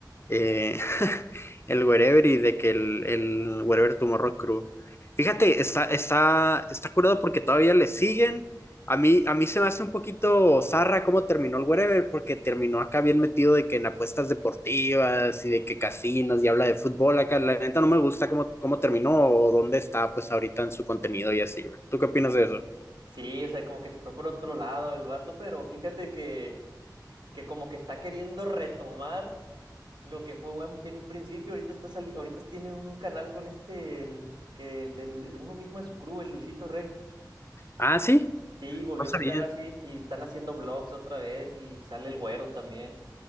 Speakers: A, on the left; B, on the right.
A: eh, <laughs> el Wherever y de que el, el Wherever Tomorrow Crew. Fíjate, está, está, está curado porque todavía le siguen. A mí, a mí se me hace un poquito zarra cómo terminó el Wherever, porque terminó acá bien metido de que en apuestas deportivas y de que casinos y habla de fútbol acá. La neta no me gusta cómo, cómo terminó o dónde está pues ahorita en su contenido y así, güey. ¿Tú qué opinas de eso?
B: Sí, o sea, como que se fue por otro lado el vato, pero fíjate que, que como que está queriendo retomar lo que fue en en un principio. Ahorita está sali- ahorita tiene un canal con este, el, que el de, mi- de uno mismo de su crew, el Luisito Rey.
A: Ah, sí,
B: Sí, volvió
A: pasa
B: a sacar
A: bien.
B: así y están haciendo vlogs otra vez y sale el güero también